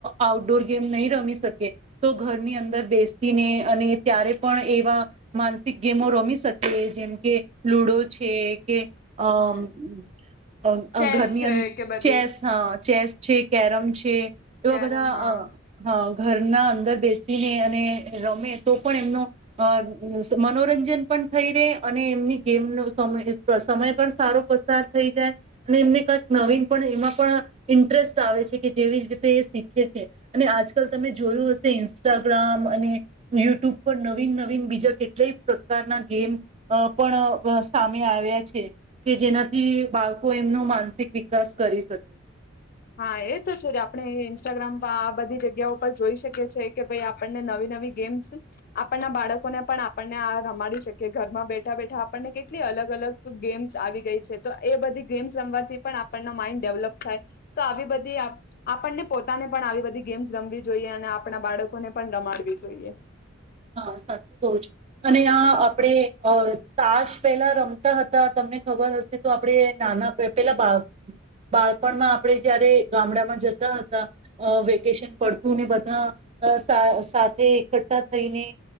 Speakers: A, on the right; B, on the left.
A: આઉટડોર ગેમ નહી રમી શકે તો ઘરની અંદર બેસીને અને ત્યારે પણ એવા મા ગેમો રમી શકીએ જેમ કે લુડો છે કે અ
B: હા ચેસ
A: ઘરની
B: છે
A: અંદ
B: કે બધી
A: ચેસ હ ચેસ છે કેરમ છે એવા
B: કેરમ
A: બધા
B: હા
A: અ હા. ઘરના અંદર બેસીને અને રમે તો પણ એમનો અ મનોરંજન પણ થઈ રે અને એમની ગેમનો સમય સમય પણ સારો પસાર થઈ જાય અને એમને કંક નવીન પણ એમાં પણ ઇન્ટરેસ્ટ આવે છે કે જેવી જ રીતે એ શીખે છે અને આજકાલ તમે જોયું હશે ઇન્સ્ટાગ્રામ અને યુટ્યુબ પર નવીન નવીન બીજા કેલા કેટલા પ્રકારના ગેમ પણ સામે આવ્યા છે કે જેનાથી બાળકો એમનો માનસિક વિકાસ કરી શકે છે.
B: હા એ તો છે આપણે ઇન્સ્ટાગ્રામ આ બધી જગ્યા પર જોઈ શકીએ છી કે ભાઈ આપણને નવી નવી ગેમ્સ આપણના બાળકોને પણ આપણને આ રમાડી શકીએ ઘરમાં બેઠા <unintelligible> કેટલી અલગ અલગ ગેમ્સ આવી ગઈ છે તો એ બધી ગેમ્સ રમવાથી પણ આપણને માઇન્ડ ડેવલપ થાય. તો આવી બધી આપણને પોતાને પણ આવી બધી ગેમ્સ રમવી જોઈએ અને આપણા બાળકોને પણ રમાડવી જોઈએ.
A: હા સાચું કઉ છું અને આ આપણેે તાશ પેલા રમતા હતા તમને ખબર હશે તો આપડણે નાના પેલા બા બાળપણમાં આપણે જયારે ગામડામાં જતા હતા વેકેશન પડતુંને બધા સાથે એકઠઠા થઈને